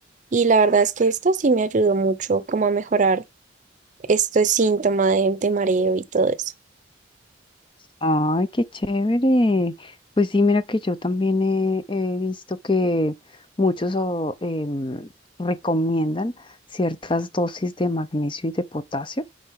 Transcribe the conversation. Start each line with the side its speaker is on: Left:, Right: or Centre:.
Right: Y la verdad es que esto sí me ayudó mucho como a mejorar este síntoma de, de mareo y todo eso.
Left: Ay, qué chévere. Pues sí, mira que yo también he, he visto que muchos oh, em, recomiendan ciertas dosis de magnesio y de potasio,